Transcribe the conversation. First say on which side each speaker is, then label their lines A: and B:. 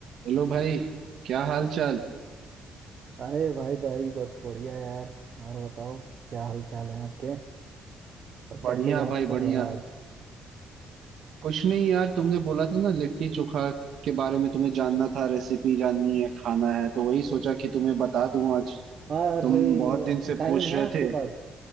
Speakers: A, on the right; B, on the right.
A: Hello भाई क्या हाल चाल
B: अरे भाई भाई बस बढ़िया है यार और बताओ क्या हाल चाल है आपके और
A: बढ़िया
B: कैसे याद
A: भाई
B: कर
A: बढ़िया
B: रहे हो आज
A: कुछ नहीं यार तुमने बोला था ना लिट्टी चोखा के बारे में तुम्हें जानना था रेसिपी जाननी है खाना है तो वही सोचा कि तुम्हें बता दूं आज
B: अरे
A: तुम बहुत दिन
B: अच्छा
A: से
B: टाइम
A: पूछ रहे
B: है आपके
A: थे
B: पास